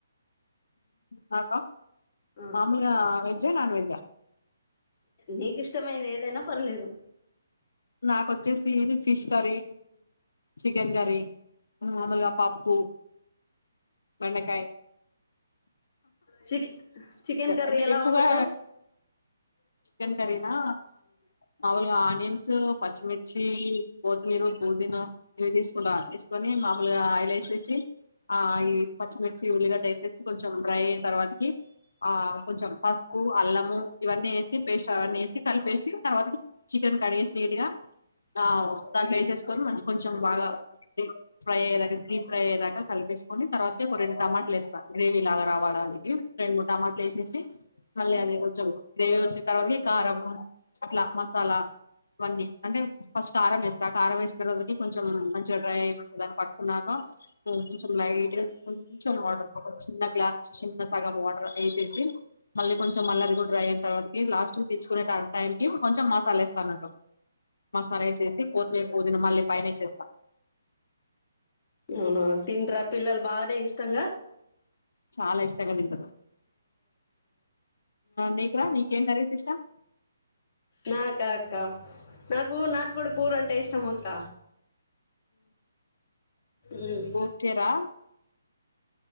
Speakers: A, on the left; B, on the left.
A: నాకా
B: ఆ
A: మామూలుగా వెజ్జా నాన్ వెజ్జా
B: నీకు ఇష్టమైంది ఏదైనా పర్లేదు
A: నాకు వచ్చేసి ఇది ఫిష్ కర్రీ చికెన్ కర్రీ మామూలుగా పప్పు బెండకాయ్
B: చికె చికెన్ కర్రీ
A: అంటే
B: ఎలా
A: ఎక్కువగా
B: వండుతావు
A: చికెన్ కర్రీనా మామూలుగా ఆనియన్ పచ్చిమిర్చి పో మీరు పుదీనా ఇవి తీసుకుంట తీసుకొని మామూలుగా ఆయిల్ వేసేసి ఆ ఈ పచ్చిమిర్చి ఉల్లిగడ్డ వేసేసి కొంచెం డ్రై అయిన తర్వాతకి ఆ కొంచెం పసుపు అల్లము ఇవన్నీ వేసి పేస్ట్ అవన్నీ వేసి కలిపేసి తర్వాతకి చికెన్ కడిగేసి నీట్ గా ఆ దాంట్లో వేసేసుకోని మంచి కొంచం బాగా ఫ్రై అయ్యేదాకా డీప్ ఫ్రై అయేదాకా కలిపేసుకొని తర్వాత ఒక రెండు టమాటాలు వేస్తా గ్రేవీ లాగా రావడానికి రెండు మూడు టమాట స్లేసేసి మళ్ళ అది కొంచెం గ్రేవీ వచ్చే తర్వాత కారం అట్లా మసాలా అవన్నీ అంటే ఫస్ట్ కారం వేస్తా కారం వేసిన తర్వాతకి కొంచెం మంచిగా డ్రై అయిపో దాన్ని పట్టుకున్నాక కొంచెం లైట్ గా కొంచెం వాటర్ ఒక చిన్న గ్లాస్ చిన్న సగం వాటర్ ఏసేసీ మళ్ళీ కొంచెం మళ్ళా అది కూడా డ్రై అయిన తరువాతకి లాస్ట్కి దించుకునే టైం కి కొంచం మసాలేస్తా అన్నట్టు మసాలా వేసేసి కొత్తిమీర్ పోదిన మళ్ళీ పైన వేసేస్త
B: అవునా తింటరా పిల్లలు బాగానే ఇష్టంగా
A: చాలా ఇష్టంగా తింటారు నీకురా నీకేం కర్రీస్ ఇష్టం
B: నాకా అక్క నాకు నాటుకోడు కూర అంటే ఇష్టం అక్క ఉమ్
A: ఓకేరా